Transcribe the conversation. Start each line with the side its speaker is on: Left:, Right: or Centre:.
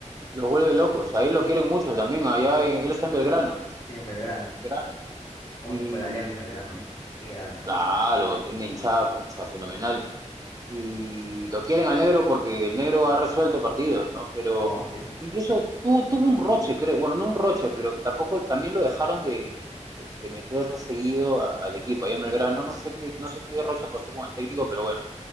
Right: los vuelve locos. Ahí lo quieren mucho también. Allá en, él está en Belgrano. pues,
Left: Sí, en Belgrano.
Right: en Belgrano.
Left: ¿Cómo
Right: Y
Left: se fue de Alianza Belgrano? Qué grande.
Right: claro, tiene una hinchada pucha, fenomenal. Y lo quieren al negro porque el negro ha resuelto partidos, ¿no? Pero
Left: No, sí.
Right: incluso tuvo, tuvo un roche, creo. Bueno, no un roche, pero que tampoco también lo dejaron de, de- de meter seguido a- al equipo. Ahí en Belgrano, no sé qué, no sé qué roche pasó con el técnico, pero bueno.